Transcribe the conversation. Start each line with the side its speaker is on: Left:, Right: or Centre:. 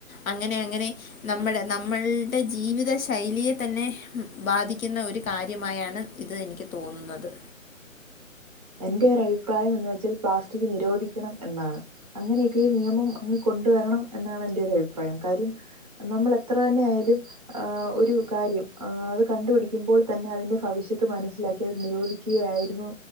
Left: അങ്ങനെ അങ്ങനെ നമ്മുടെ നമ്മളു ടെ ജീവിത ശൈലിയെ തന്നെ ബാധിക്കുന്ന ഒരു കാര്യമായാണ് ഇത് എനിക്ക് തോന്നുന്നത്
Right: എന്റെ ഒരഭിപ്രായം എന്ന് വെച്ചാൽ പ്ലാസ്റ്റിക് നിരോധിക്കണം എന്നാണ്. അങ്ങനെയൊക്കെ ഒരു നിയമം അങ്ങ് കൊണ്ടുവരണം എന്നാണ് എന്റെ ഒരു അഭിപ്രായം കാര്യം നമ്മള് എത്ര തന്നെ ആയാലും ആഹ് ഒരു കാര്യം ആ അത് കണ്ടുപിടിക്കുമ്പോൾ തന്നെ അതിന്റെ ഭവിഷ്യത്ത് മനസ്സിലാക്കി അത് നിരോധി ക്കയായിരുന്നു